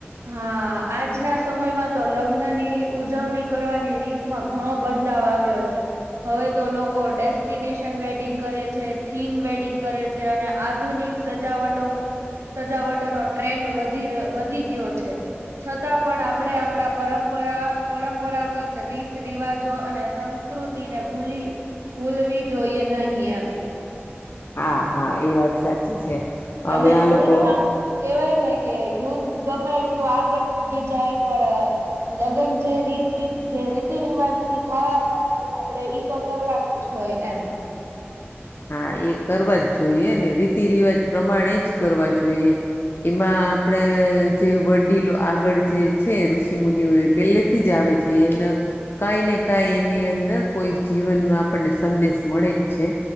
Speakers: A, on the right; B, on the left.
A: હા, આજના સમયમાં તો લગ્ન ની ઉજવણી કરવાની રીતમાં ઘણો બદલાવ આવ્યો છે, હવે તો લોકો ડેસ્ટિનેશન વેડિંગ કરે છે, થીમ વેડિંગ કરે છે. અને આધુનિક સજાવટો સજાવટો નો ટ્રેન્ડ વધી રહ વધી ગ્યો છે, છતાં પણ આપણે આપણા પરંપરા પરંપરાગત રીત રિવાજો અન ને સંસ્કૃતિ ને ભૂલી ભૂલવી જોઈએ નહી એમ.
B: હા હા એ વાત સાચી છે. હવે
A: એલા
B: આ
A: યુથ
B: લોકો
A: આમ કેવાય ને કે યુથ ગમે એટલું આગળ વધી જાય પણ લગન જે રીત રિ જે રીતિ રિવાજ થી થવા ના હોય આપણે ઈ તો કરવાનું જ હોય એમ
B: હા એ કરવા જ જોઈએ ને રીતિ રિવાજ પ્રમાણે જ કરવા જોઈએ એમાં આપણેે જે વડીલો આગળ જે છે ઋષિ મુુનિઓ એ પેલે થી જ આવે એમ કઈ ને કઈ એની અંદર કોઈ જીવનમાં આપણને સંદેશ મળે જ છે